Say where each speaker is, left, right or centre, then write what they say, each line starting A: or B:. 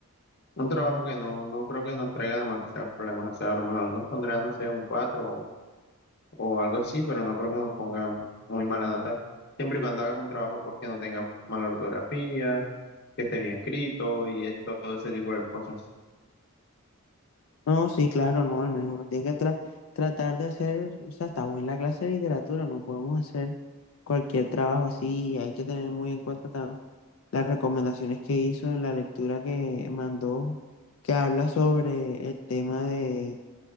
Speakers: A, on the left; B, on the left.
A: Un trabajo que no, no creo que nos traiga demasiados problemas. O sea, a lo mejor nos pondrá, no sé, un 4 o, o algo así, pero no creo que nos ponga muy mala nota. Siempre y cuando hagas un trabajo, pues que no tenga mala ortografía, que esté bien escrito y es- todo ese tipo de cosas.
B: No, sí, claro, no, al menos uno tiene que tra- tratar de hacer, o sea, estamos en la clase de literatura, no podemos hacer cualquier trabajo así, y hay que tener muy en cuenta tam- las recomendaciones que hizo en la lectura que mandó, que habla sobre el tema de